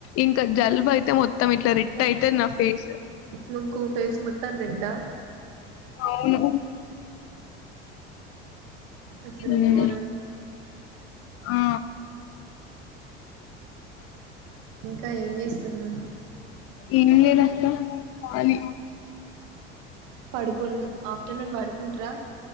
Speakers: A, on the left; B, on the right.
A: ఇంకా జలుబు అయితే మొత్ మొత్తం ఇట్లా రెడ్ అయితది నా ఫేస్
B: నుకు ఫేస్ మొత్తం రెడ్డా
A: అవును
B: అసలు
A: ఉమ్మ్
B: ఘోరంగా
A: ఆ
B: ఇంకా ఏం చేస్తున్నావ్
A: ఏం లేదు అక్క ఖాళీ
B: పడుకున్ ఆఫ్టర్నూన్ పడుకుంట్రా